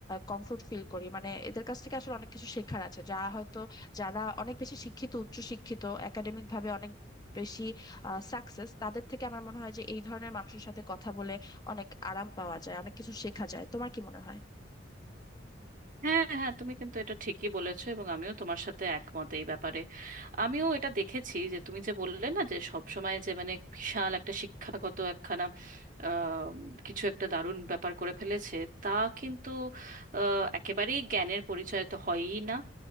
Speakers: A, on the left; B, on the right.
A: কমফোর্ট ফিল করি মানে এদের কাছ থেকে আসলে অনেক কিছু শেখার আছে যা হয়তো যারা অনেক বেশি শিক্ষিত উচ্চ শিক্ষিত একাডেমিক ভাবে অনেক বেশি সাকসেস তাদের থেকে আমার মনে হয় যে এই ধরনের মানুষের সাথে কথা বলে অনেক আরাম পাওয়া যায় অনেক কিছু শেখা যায় তোমার কি মনে হয়
B: হ্যাঁ হ্যাঁ তুমি কিন্তু এটা ঠিকই বলেছো এবং আমিও তোমার সাথে একমত এই ব্যাপারে আমিও এটা দেখেছি যে তুমি যে বললে না যে সব সময় যে মানে বিশাল একটা শিক্ষাগত একখানা আহ, কিছু একটা দারুণ ব্যাপার করে ফেলেছে তা কিন্তু আহ, একেবারেই জ্ঞানের পরিচয় তো হয়ই না